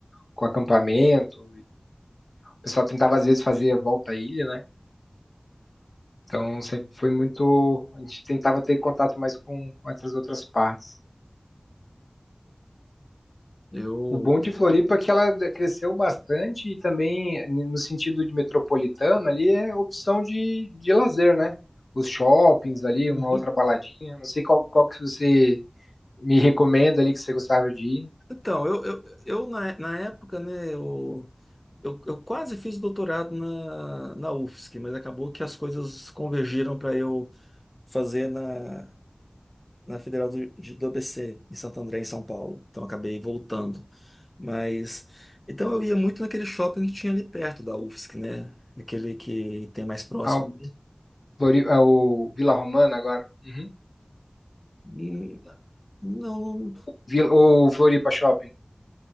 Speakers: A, on the left (about 85°); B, on the left (about 25°).
A: com acampamento. O pessoal tentava, às vezes, fazer a volta à ilha, né? Então, sempre foi muito. A gente tentava ter contato mais com, com essas outras partes.
B: Eu.
A: O bom de Floripa é que ela cresceu bastante e também, no sentido de metropolitana, ali é opção de, de lazer, né? Os shoppings ali,
B: Uhum.
A: uma outra baladinha. Não sei qual, qual que você me recomenda ali que você gostava de ir.
B: Então, eu, eu, eu na, na época, né, eu, Eu, eu quase fiz doutorado na, na UFSC, mas acabou que as coisas convergiram para eu fazer na, na Federal do, de- do ABC, em Santo André, em São Paulo. Então acabei voltando. Mas então eu ia muito naquele shopping que tinha ali perto da UFSC, né? Aquele que tem mais próximo.
A: Ah, o, Flori- ah, o Vila Romana agora. Uhum.
B: Hum, Não,
A: Vila, ou Floripa Shopping.